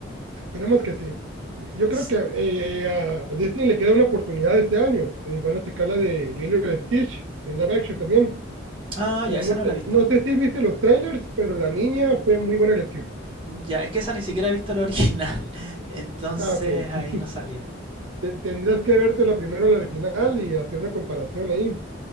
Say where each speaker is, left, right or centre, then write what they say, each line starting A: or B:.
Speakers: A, on the right (about 80°); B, on the right (about 30°).
A: Esperemos que sí. Yo
B: S-
A: creo que eh, eh, a Disney le queda una oportunidad este año. Eh, van a sacar la de Lilo y Stitch en live action también.
B: Ah,
A: Eh,
B: ya, esa
A: no
B: no
A: sé,
B: la he visto.
A: no sé si viste los trailers, pero la niña fue muy buena elección.
B: Ya, es que esa ni siquiera he visto la original. <laughs> Entonces
A: Ah, ok. <laughs>
B: ahí no sabría.
A: Te- tendrías que verte la primero, la original, y hacer una comparación ahí